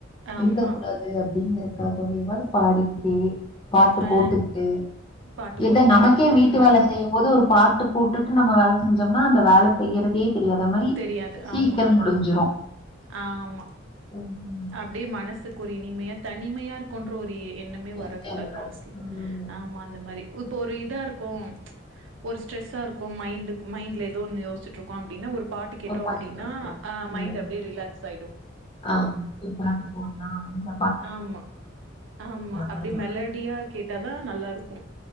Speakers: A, on the right; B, on the left.
A: ஆமா.
B: இருக்க கூடாதுன் பு அப்டிங்கறக்காகவே வாது பாடிகிட்டே பாட்டு
A: அ
B: போட்டுகுட்டு
A: பாட்டு
B: இத
A: போட்டு
B: நமக்கே
A: இருக்குவாங்க.
B: வீட்டு
A: ம்.
B: வேல செ செய்யும் போது ஒரு பாட்டு போட்டுட்டு நம்ம வேல செஞ்சோம்னா அந்த வேல செய்யறதே தெரியாத மாரி
A: தெரியாது.
B: சீக்கிர
A: ஆமா,
B: முடிஞ்சிரு
A: ஆமா
B: ம்
A: அப்டியே மனசுக்கு ஒரு இனிமையா தனிமையா இருக் கொன்ற ஒரு எண்ணமே வரக்கூடாது
B: எதுவுமே இருக்காது.
A: மனசில
B: ம்.
A: ஆமா அந்த மாரி இப்போ ஒரு இதா இருக்கு ஒரு ஸ்ட்ரெஸா இருக்கு மைண்டுக்கு மைண்ட்ல ஏத ஒன்னு யோசிட்டு இருக்கோ அப்டின்னா ஒரு பாட்டு கேட்டோ
B: ஒரு
A: அப்டின்னா
B: பாட்டு கேட்கலாம்.
A: அ
B: ம்.
A: மைண்ட் அப்டியே ரிலாக்ஸ் ஆயிடு
B: ஆமா ஒரு பாட்டு போடலா அந்த
A: ஆமா ஆமா அப்டி
B: மாரி.
A: மெலேடியா கேட்டாதா நல்லா இருக்கு